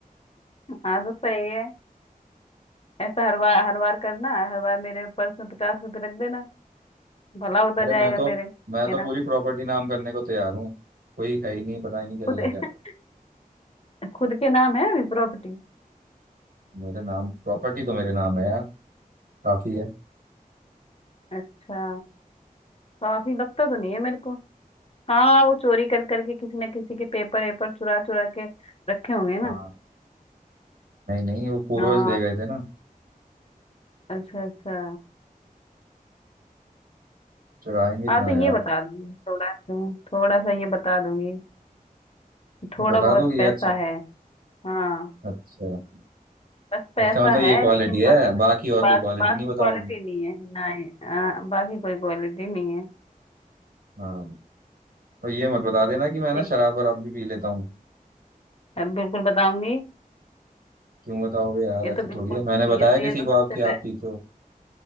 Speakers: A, on the left (about 40°); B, on the right (about 80°).
A: हाँ तो सही है ऐसा हर बार हर बार करना हर बार मेरे पर्स में पचास रुपए रख देना भला होता
B: अरे
A: जाएगा
B: मैं तो
A: मेरे
B: मैं
A: मेरा
B: तो पूरी प्रॉपर्टी नाम करने को तैयार हूँ कोई है ही नहीं पता ही नहीं चल
A: खुद
B: रहा क्या
A: <laughs> खुद के नाम है अभी प्रॉपर्टी
B: मेरे नाम प्रॉपर्टी तो मेरे नाम है यार काफी है
A: अच्छा काफी लगता तो नहीं है मेरे को हाँ वो चोरी कर करके किसी ना किसी के पेपर वेपर चुरा चुरा के रखे होंगे ना
B: हाँ नहीं नहीं वो पूर्वज
A: हाँ
B: दे गए थे ना
A: अच्छा अच्छा
B: चुराएंगे
A: हाँ
B: क्यों
A: तो
B: यार
A: ये बता दूंगी थोड़ा सा थोड़ा सा ये बता दूंगी थोड़ा
B: ये बता
A: बहुत
B: दो ये
A: पैसा
B: अच्छा
A: है हाँ
B: अच्छा
A: बस पैसा
B: अच्छा मतलब ये
A: है
B: क्वालिटी
A: लेकिन
B: है
A: बाकी
B: बाकी और
A: बाकी
B: कोई क्वालिटी
A: बाकी
B: नहीं बताओगी
A: क्वालिटी नहीं है नहीं आ, बाकी कोई क्वालिटी नहीं है
B: हाँ और ये मत बता देना कि मैं ना
A: ठीक
B: शराब वराब भी पी लेता हूँ
A: अब बिल्कुल बताऊंगी
B: क्यों बताओगे यार
A: ये
B: ऐसे
A: तो बिल्कुल
B: थोड़ी है मैंने बताया
A: ये
B: किसी
A: ये तो
B: को
A: सबसे
B: आपकी
A: पह...
B: आप पीते हो